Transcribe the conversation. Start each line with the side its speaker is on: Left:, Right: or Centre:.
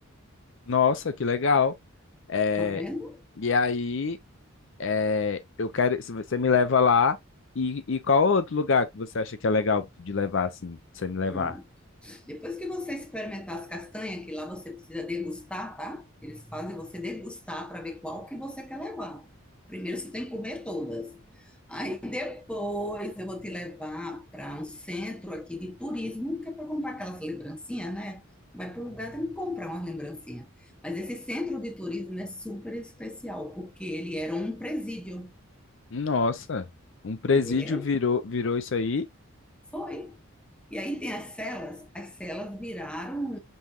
Left: Nossa, que legal. É,
Centre: Tá vendo?
Left: e aí, é, eu quero, se você me leva lá, e, e qual outro lugar que você acha que é legal de levar assim, pra você me levar?
Centre: Pronto. Depois que você experimentar as castanhas, que lá você precisa degustar, tá? Eles fazem você degustar para ver qual que você quer levar. Primeiro você tem que comer todas. Aí depois eu vou te levar para um centro aqui de turismo, que é para comprar aquelas lembrancinhas, né? Vai para o lugar, tem que comprar umas lembrancinhas. Mas esse centro de turismo é super especial, porque ele era um presídio.
Left: Nossa, um presídio
Centre: É,
Left: virou, virou isso aí?
Centre: foi. E aí tem as celas, as celas viraram